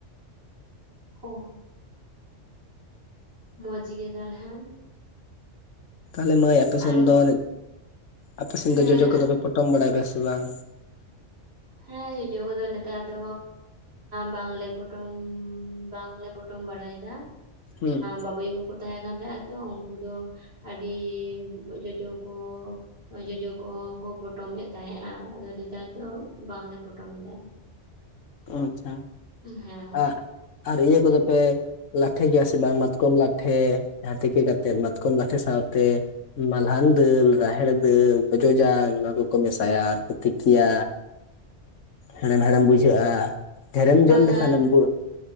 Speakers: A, on the right; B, on the left.
A: ᱚ ᱢᱚᱡᱽ ᱜᱮ ᱛᱟᱞᱦᱮ
B: ᱛᱟᱦᱞᱮ ᱢᱟᱹᱭ ᱟᱯᱮᱥᱱ
A: ᱟᱨ
B: ᱫᱚ ᱟᱯᱮᱥᱱ
A: ᱦᱮᱸ
B: ᱫᱚ ᱡᱚᱡᱚ ᱠᱚᱫᱚᱯᱮ ᱯᱚᱴᱚᱢ ᱵᱟᱲᱟᱭ ᱜᱮᱭᱟ ᱥᱮ ᱵᱟᱝ
A: ᱦᱮᱸ ᱡᱚᱡᱚ ᱠᱚᱫᱚ ᱱᱮᱛᱟᱨ ᱫᱚ ᱵᱟᱝᱞᱮ ᱯᱚᱴᱚᱢ ᱵᱟᱝᱞᱮ ᱯᱚᱴ ᱯᱚᱴᱚᱢ ᱵᱟᱲᱟᱭᱮᱫᱟ
B: ᱦᱩᱸ
A: ᱵᱵᱟᱹᱭ ᱠᱚᱠᱚ ᱛᱟᱦᱮᱸ ᱠᱟᱱ ᱛᱟᱦᱮᱸᱼᱟ ᱛᱚ ᱩᱱᱠᱩ ᱫᱚ ᱟᱹᱰᱤ ᱡᱚᱡᱚ ᱠᱚ ᱡᱚᱡᱚ ᱠᱚᱠᱚ ᱯᱚᱴᱚᱢᱮᱫ ᱛᱟᱦᱮᱸᱜ - ᱟ ᱟᱫᱚ ᱱᱮᱛᱟᱨ ᱫᱚ ᱵᱟᱝᱞᱮ ᱯᱚᱴᱚᱢ ᱮᱟ
B: ᱟᱪᱷᱟ
A: ᱦᱮᱸ
B: ᱟᱨ ᱟᱨ ᱤᱭᱟᱹ ᱠᱚᱫᱚ ᱯᱮ ᱞᱟᱴᱷᱮ ᱜᱮᱭᱟ ᱥᱮ ᱵᱟᱝ ᱢᱟᱛᱠᱚᱢ ᱞᱟᱴᱷᱮ ᱡᱟᱦᱟᱸ ᱛᱮᱠᱮ ᱠᱟᱛᱮᱫ ᱢᱟᱛᱠᱚᱢ ᱞᱟᱴᱷᱮ ᱥᱟᱶᱛᱮ ᱢᱟᱞᱦᱟᱱ ᱫᱟᱹᱞ ᱨᱟᱦᱮᱲ ᱫᱟᱹᱞ ᱡᱚᱡᱚ ᱡᱟᱝ ᱚᱱᱟ ᱠᱚᱠᱚ ᱢᱮᱥᱟᱭᱟ ᱟᱨᱠᱚ ᱛᱤᱠᱤᱭᱟ
A: <inaudible>
B: ᱦᱮᱲᱮᱢ ᱦᱮᱬᱮᱢ ᱵᱩᱡᱷᱟᱹᱜᱼᱟ ᱦᱮᱨᱮᱢ
A: ᱵᱟᱝᱟ
B: ᱡᱚᱢ ᱞᱮᱠᱷᱟᱱᱮᱢ ᱵᱩᱜᱼᱟ